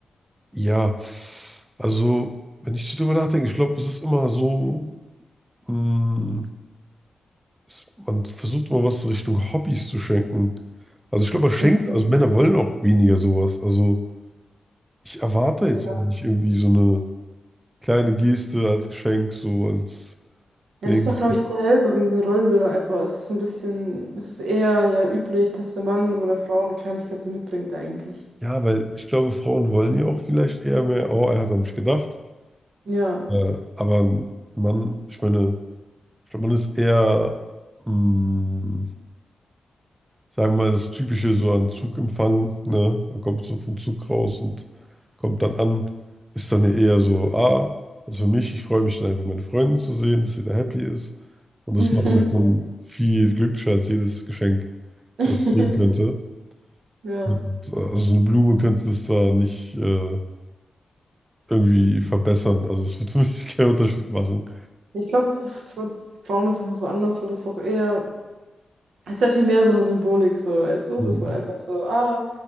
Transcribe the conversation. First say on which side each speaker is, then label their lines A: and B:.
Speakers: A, on the right (about 15°); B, on the right (about 85°).
A: ja, also, wenn ich so drüber nachdenke, ich glaube, es ist immer so, mh, es, man versucht immer was Richtung Hobbys zu schenken. Also, ich glaube, man schenkt,
B: Mhm.
A: also Männer wollen auch weniger sowas. Also, ich erwarte jetzt
B: Ja.
A: auch nicht irgendwie so eine kleine Geste als Geschenk, so als
B: Ja,
A: Ding.
B: das ist doch, glaube ich, generell so wegen den Rollenbildern einfach. Es ist so ein bisschen, es ist eher ja üblich, dass der Mann so der Frau eine Kleinigkeit so mitbringt, eigentlich.
A: Ja, weil ich glaube, Frauen wollen ja auch vielleicht eher mehr, oh, er hat an mich gedacht.
B: Ja.
A: Äh, aber ein Mann, ich meine. Ich glaube, man ist eher, mh, sagen wir mal, das Typische so an Zugempfang, ne? Man kommt so vom Zug raus und kommt dann an, ist dann ja eher so, ah, also für mich, ich freue mich dann einfach, meine Freundin zu sehen, dass sie da happy ist. Und das
B: <laughs>
A: macht mir schon
B: Ja.
A: viel glücklicher als jedes Geschenk,
B: <laughs>
A: was ich kriegen könnte.
B: Ja.
A: Und, äh, also so eine Blume könnte es da nicht äh, irgendwie verbessern. Also es wird für mich <laughs> keinen Unterschied machen.
B: Ich glaube, für uns Frauen ist es einfach so anders, weil das ist doch eher, es ist ja viel mehr so eine Symbolik, so, weißt du,
A: Mhm.
B: dass man einfach so, ah,